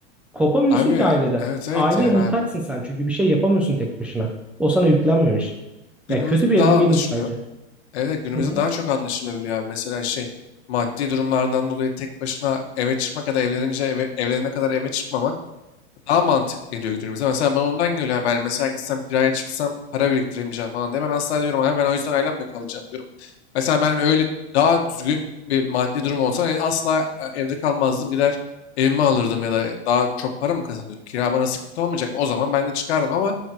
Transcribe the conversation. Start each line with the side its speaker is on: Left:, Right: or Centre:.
Centre: kopamıyorsun
Left: Abi
Centre: ki aileden.
Left: evet evet
Centre: Aileye
Left: yani
Centre: muhtaçsın
Left: abi.
Centre: sen çünkü bir şey yapamıyorsun tek başına. O sana yüklenmemiş.
Left: Günümüzde
Centre: Ya kötü bir
Left: daha
Centre: ebeveynlik
Left: anlaşılıyor.
Centre: bence.
Left: Evet evet, günümüzde
Centre: Hı hı.
Left: daha çok anlaşılabiliyor abi. Mesela şey maddi durumlardan dolayı tek başına eve çıkmak ya da evlenince eve, evlenene kadar eve çıkmamak daha mantıklı geliyor günümüze. Mesela ben ondan geliyor haber. Mesela gitsem kiraya çıksam para biriktiremeyeceğim falan diye. Ben asla diyorum abi ben o yüzden ailemle kalacağım diyorum. Mesela ben öyle daha düzgün bir maddi durum olsa e, asla e, evde kalmazdım. Gider evimi alırdım ya da daha çok para mı kazanıyorum? Kira bana sıkıntı olmayacak. O zaman ben de çıkardım ama